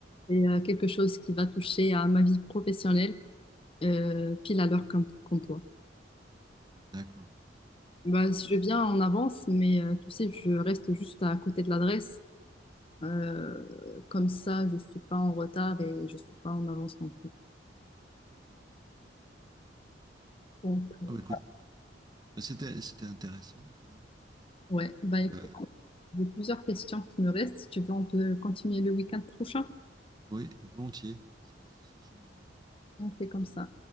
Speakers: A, on the left; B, on the right.
A: c'est euh, quelque chose qui va toucher à ma vie professionnelle, euh, pile à l'heure comme, comme toi.
B: d'accord.
A: Bah, si je viens en avance, mais euh, tu sais, je reste juste à côté de l'adresse. Euh, comme ça, je suis pas en retard et je suis pas en avance non plus. Donc, euh,
B: Ah bah écoute, bah, c'était c'était intéressant en tout cas.
A: ouais, bah écoute,
B: Euh,
A: j'ai plusieurs questions qui me restent. Si tu veux, on peut continuer le week-end prochain.
B: oui, volontiers. C'est c'est toujours marrant.
A: On fait comme ça.